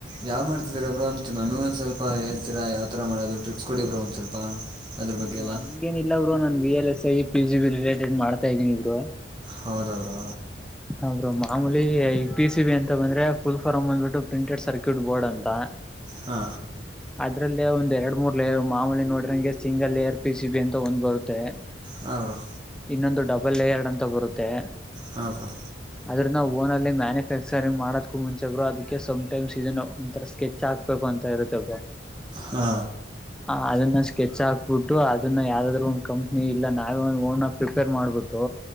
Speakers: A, on the right; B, in the centre.
A: ಯಾವ್ ಮಾಡ್ಿದ್ರ ಬ್ರೋ ಒ ನಮಗ ಒಂದ ಸ್ಲ್ಪ ಹೇಳ್ತೀರ ಯಾವ್ರ ಮಾಡೋದು ಟ್ರಿಪ್ಸ್ ಕೊಡಿ ಬ್ರೋ ಒಂದ ಸ್ವಲ್ಪ ಅದ್ರ ಬಗ್ಗೆ
B: ರು
A: ಎಲ್ಲ
B: ಹಂಗೇನ ಇಿಲ್ಲ ಬರು ನನ್ B L S I P G B related ಮಾಡ್ತಾ ಇದ್ದೀನಿ ಇಬ್ರು
A: ಹೌದ ಅವರು
B: ಹೌ್ರ ಮಾಮೂಲಿ ಈ ಪಿ ಸಿ ಬಿ ಅಂತ ಬಂದ್ರೆ ಫುಲ್ ಫಾರ್ಮ್ ಅಂದಬಿಟ್ಟು ಪ್ರಿಂಟೆಡ್ ಸರ್ಕ್ಯೂಟ್ ಬೋರ್ಡ್ ಅಂತ
A: ಹಾ
B: ಅದ್ರಲ್ಲೇ ಒಂದ್ ಎರಡ್ ಮೂರ್ ಲೇಯರ್ ಮಾಮೂಲಿ ನೋಡ್ರಂಗೆ single layer P C B ಅಂತ ಒಂದ್ ಬರುತ್ತೆ
A: ಹಾಂ ಬ್ರೋ
B: ಇನ್ನೊಂದು ಡಬಲ್ ಲೇಯರ್ಡ್ ಅಂತ ಬರುತ್ತೆ
A: ಹಾಂ ಬ್ರೋ
B: ಅದ್ರ ನಾವು ಓನ ಅಲ್ಲಿ ಮ್ಯಾನುಫ್ಯಾಕ್ಚರಿಂಗ್ ಮಾಡದಕೂ ಮುಂಚೆ್ರು ಅದಕ್ಕೆ ಸಮ್ಟೈಮ್ಸ್ ಇದನ್ನು ಒಂಥರ ಸ್ಕೆಚ್ ಹಾಕ್ಬೇಕು ಬಂತ ಇರುತ್ತೆ
A: ಹಾ
B: ಆ ಅದನ್ನ ಸ್ಕೆಚ್ ಹಾಕ್ಬಿಟ್ಟು ಅದನ್ನ ಯಾವ್ದಾದ್ರು ಒಂದ್ ಕಂಪ್ನಿ ಇಲ್ಲ ನಾವೇ ಓ ಪ್ರಿಪೇರ್ ಮಾಡ್ಬಿಟ್ಟು